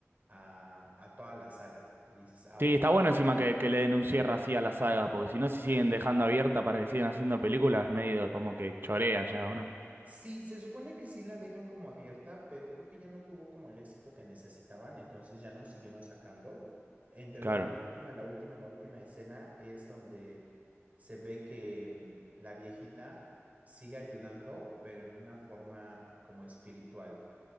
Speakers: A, on the right; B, on the right.
A: a, a toda la saga. Y dices, ah,
B: Sí,
A: ok,
B: está bueno encima que, que le den un cierre así a la saga, porque si no se siguen dejando abierta para que sigan haciendo películas, medio como que chorean ya, ¿o no?
A: Sí, se supone que sí la dejan como abierta, pero creo que ya no tuvo como el éxito que necesitaban, entonces ya no siguieron sacando. En teoría,
B: Claro,
A: la última, la última, la última escena es donde se ve que mm, la viejita sigue ayudando, pero en una forma como espiritual